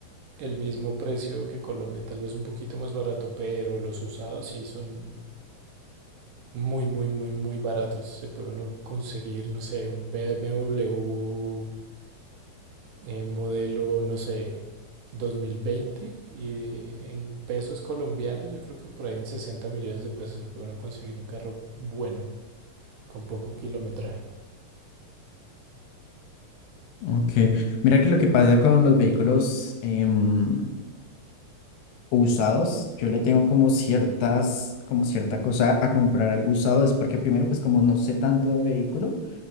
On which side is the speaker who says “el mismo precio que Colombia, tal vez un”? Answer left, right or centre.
Right